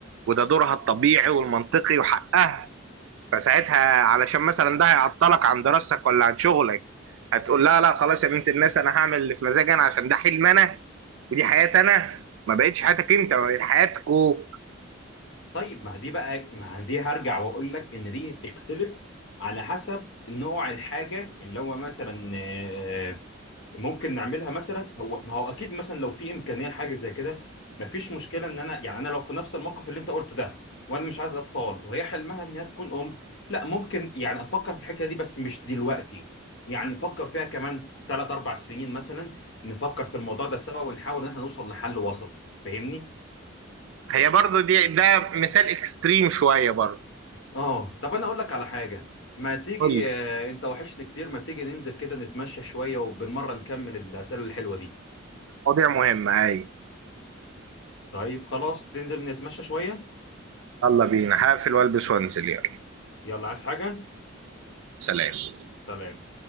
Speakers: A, on the right; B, on the left.
A: وده دورها الطبيعي والمنطقي وحقها فساعتها علشان مثلا ده هيعطلك عن دراستك ولا عن شغلك هتقول لها لا خلاص يا بنت الناس انا هعمل اللي في مزاجي انا عشان ده حلم انا ودي حياتي انا ما بقتش حياتك انت بقت حياتكو
B: طيب ما دي بقى ما دي هرجع واقول لك ان دي تختلف على حسب نوع الحاجه اللي هو مثلا آه، ممكن نعملها مثلا هو ما هو اكيد مثلا لو في امكانيه لحاجه زي كده مفيش مشكله ان انا يعني انا لو في نفس الموقف اللي انت قلته ده وانا مش عايز اطفال وهي حلمها ان هي تكون ام لا ممكن يعني افكر في الحكايه دي بس مش دلوقتي يعني نفكر فيها كمان ثلاث اربع سنين مثلا نفكر في الموضوع ده سوا ونحاول ان احنا نوصل لحل وسط فاهمني
A: هي برضو دي ده مثال اكستريم شوية برضو
B: اه طب انا اقول لك على حاجه ما تيجي
A: قول لي
B: آه، انت وحشني كتير ما تيجي ننزل كده نتمشى شويه وبالمره نكمل الاسئله الحلوه دي
A: مواضيع مهمة اي
B: طيب خلاص تنزل نتمشى شويه
A: يلا بينا هقفل والبس وانزل يلا
B: يلا عايز حاجة
A: سلام
B: سلام